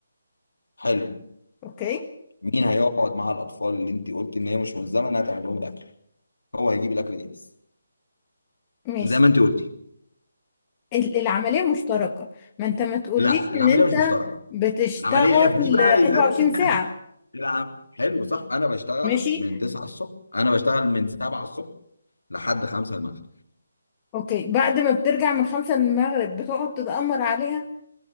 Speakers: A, on the left; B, on the left.
A: حلو
B: اوكي
A: مين هيقعد مع الاطفال اللي انت قلت ان هي مش ملزمه انها تعمل لهم الاكل هو هيجيب الاكل جاهز
B: ماشي
A: زي ما انت قلتي
B: ال- العملية مشتركة ما انت ما تقوليش
A: لا
B: ان
A: العمليه
B: انت
A: مش مشتركه
B: بتشتغل
A: العمليه في دي بقى بالذات
B: 24
A: <laughs>
B: ساعة
A: العم- حلو صح انا بشتغل
B: ماشي
A: من 9 الصبح انا بشتغل من 7 الصبح لحد 5 المغرب
B: اوكي بعد ما بترجع من خمسة المغرب بتقعد تتأمر عليها